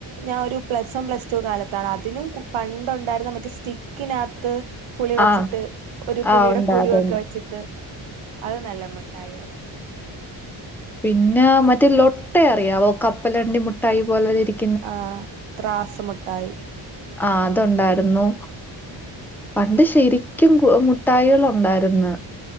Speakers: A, on the right; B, in the centre.
A: ഞാൻ ഒരു പ്ലസ് വൺ പ്ലസ് ടു കാലത്താണ്. അതിനും പണ്ടുണ്ടായിരുന്ന മറ്റ സ്റ്റിക്കിനകത്ത് പുളി വെച്ചിട്ട്
B: ആഹ്
A: ഒരു
B: ആഹ്
A: പുളിയുടെ
B: ഉണ്ട്
A: കുരുവൊക്കെ
B: അതന്നെ.
A: വെച്ചിട്ട് അത് നല്ല മുട്ടായിായിരുന്നു
B: പിന്നെ മറ്റേ ലൊട്ട അറിയാവോ കപ്പലണ്ടി മുട്ടായി പോലെതരിക്ക
A: ആഹ് ത്രാസമുട്ടായി
B: ആഹ് അത്ണ്ടായിരുന്നു പണ്ട് ശരിക്കും മുട്ടായികളുണ്ടായിരുന്ന്